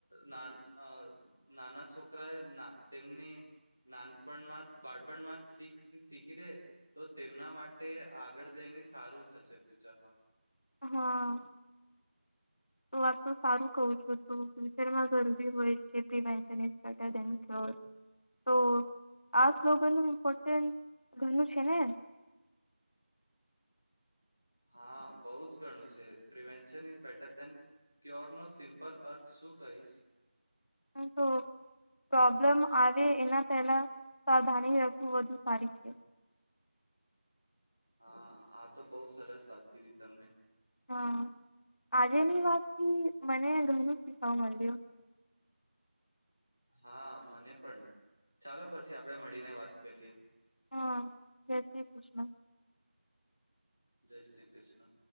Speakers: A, in the centre; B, on the left (about 60°).
A: ના નાના છોકરા એ તેમની, નાનપણમાં જ બાળપણમાં જીખ શીખી દે. તો તેમના માટે આગળ જઈને સારું થશે ફ્યુચરમાં.
B: હા, તો આપ તો સારું કવ છું તું ફ્યુચરમાં ઘરભી હોય છે પ્રવેશન ટરે, તો આ સ્લોગનનું ઇમ્પોર્ટન્સ ઘણું છે ને.
A: હા બોઉ જ ઘણું છે, પ્રિવેન્શન ઇઝ બેટર દેન ક્યોરનો સિમ્પલ અર્થ શું કહીશ?
B: તો પ્રોબ્લેમ આવે એના પહેલા, સાવધાની રાખવું વધુ સારી છે.
A: હા આ તો બો સરસ વાત કરી તમને.
B: હ, આજેની વાત મને ઘમણું શીખવા મલયુ.
A: હા મને પણ, ચાલો પછી આપડે મળીને વાત કરીએ.
B: હા જય શ્રી કૃષ્ણ.
A: જય શ્રી કૃષ્ણ.